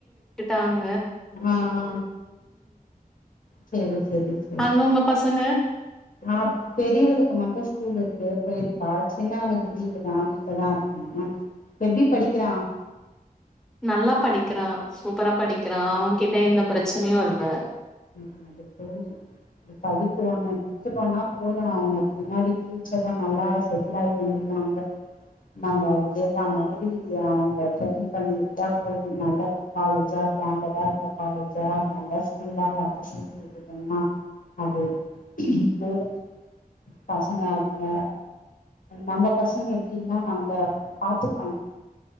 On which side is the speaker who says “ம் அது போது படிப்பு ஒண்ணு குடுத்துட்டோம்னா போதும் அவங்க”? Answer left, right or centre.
Left